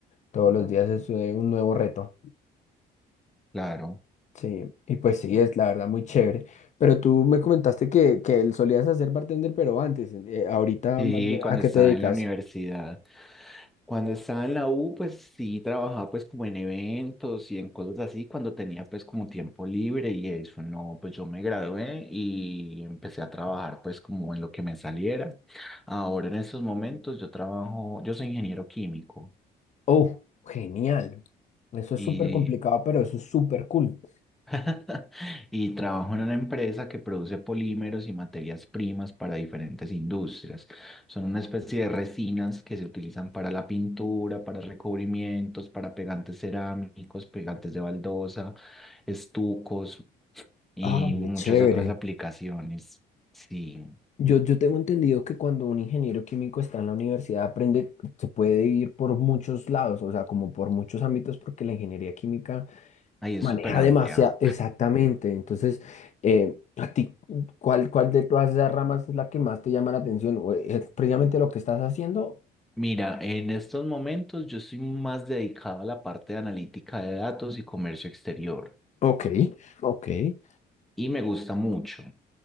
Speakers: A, on the left; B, in the centre.
A: todos los días es eh, un nuevo reto.
B: Claro.
A: Sí, y pues sí, es la verdad muy chévere. Pero tú me comentaste que, que solías hacer bartender, pero antes, eh, ahorita
B: Sí,
A: más bien,
B: cuando
A: ¿a qué
B: estaba
A: te dedicas?
B: en la universidad. Cuando estaba en la U, pues sí trabajaba pues como en eventos y en cosas así, cuando tenía pues como tiempo libre y eso, no, pues yo me gradué y empecé a trabajar pues como en lo que me saliera. Ahora en estos momentos yo trabajo, yo soy ingeniero químico
A: Oh, genial. Eso es
B: y
A: súper complicado, pero eso es súper cool.
B: <laughs> Y trabajo en una empresa que produce polímeros y materias primas para diferentes industrias. Son una especie de resinas que se utilizan para la pintura, para recubrimientos, para pegantes cerámicos, pegantes de baldosa, estucos y
A: Ah, qué
B: muchas
A: chévere.
B: otras aplicaciones. Sí,
A: Yo, yo tengo entendido que cuando un ingeniero químico está en la universidad, aprende, se puede ir por muchos lados, o sea, como por muchos ámbitos, porque la ingeniería química
B: ahí es
A: maneja
B: súper amplia.
A: demasiado, exactamente. Entonces, eh, a ti, ¿cuál, cuál de todas esas ramas es la que más te llama la atención? ¿O ¿Es precisamente lo que estás haciendo?
B: Mira, en estos momentos yo soy más dedicado a la parte de analítica de datos y comercio exterior
A: Ok, ok, es
B: y me gusta mucho.